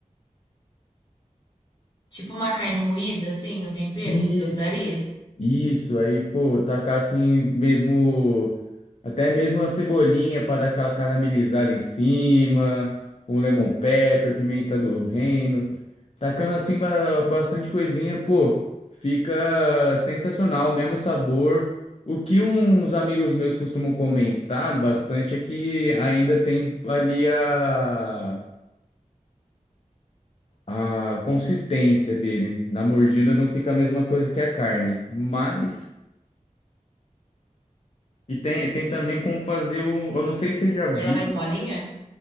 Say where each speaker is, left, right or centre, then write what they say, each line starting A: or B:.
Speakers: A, on the left (about 30°); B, on the left (about 50°).
A: Tipo uma carne moída, assim, o tempero
B: Isso.
A: você usaria?
B: Isso, aí, pô, tacar assim mesmo, até mesmo uma cebolinha para dar aquela caramelizada em cima, um lemon pepper, pimenta do reino, tacando assim ba- bastante coisinha, pô, fica sensacional, mesmo sabor. O que uns amigos meus costumam comentar bastante é que ainda tem ali a, a consistência dele. Na mordida não fica a mesma coisa que a carne, mas. E tem, tem também como fazer o. Eu não sei se você já viu.
A: Pra Ela é mais molinha?